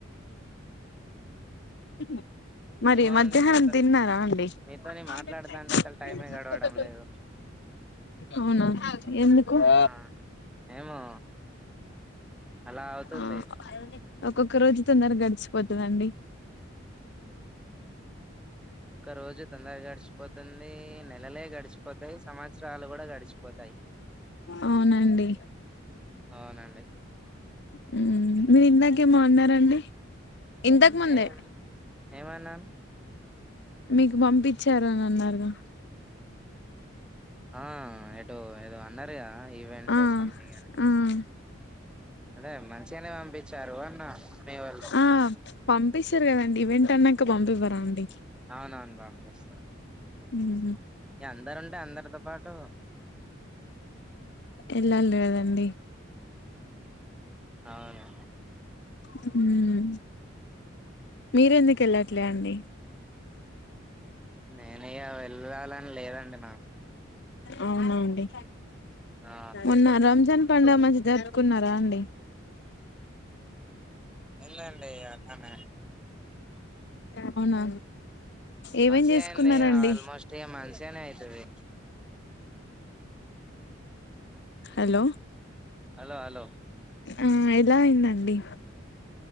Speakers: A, on the left (about 60°); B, in the centre.
A: <inaudible> మరి
B: ఏమో
A: మధ్యాహ్నం
B: అండి మీతో
A: తిన్నారా అండి
B: మీతోని
A: <unintelligible>
B: మాట్లాడతాంటే అసలు టైమే గడవడం లేదు
A: అవునా ఎందుకు <unintelligible>
B: ఆ ఏమో అలా అవుతుంది
A: ఆ ఒక్కొక్క రోజు తొందర గడిచిపోతదండి
B: ఒక రోజు తొందర గడిచిపోతుంది నే నెలలే గడిచిపోతాయి సంవత్సరాలు కూడా గడిచిపోతాయి
A: అవునండి
B: అవునండి
A: హ్మ్ మీరు ఇందాకేమో అన్నారండి ఇంతకు ముందే
B: ఏం ఏమన్నా
A: మీకు పంపించారు అని అన్నారుగా
B: ఆ ఏటో ఏదో అన్నరుగా ఈవెంట్
A: ఆ
B: సమ్థింగ్ అని
A: ఆ
B: అదే మంచిగానే పంపించారు అన్న మీవాళ్ళు
A: ఆ పంపిస్తారు కదండి ఈవెంట్ అన్నంనక పంపివ్వరా అండి
B: అవునవును పంపిస్తారు
A: ఉహు
B: ఇగ అందరుంటే అందరితో పాటు
A: ఎల్లాలి కదండీ
B: అవును
A: హ్మ్ మీరెందుకు వెళ్ళట్లే అండి
B: నేను ఇగా వెళ్ళాలని లేదండి నాకు
A: అవునా అండి
B: ఆ
A: మొన్న రంజాన్ పండుగ మంచిగా జపుకున్నారా అండి
B: ఏం లే అండి అలానే
A: అవునా ఏమేం
B: మంచిగా
A: చేసుకున్నారండి
B: అయింది ఆల్మోస్ట్ ఇగ మంచిగానే అయితది
A: హలో
B: హలో హలో
A: ఆ ఎలా అయిందండి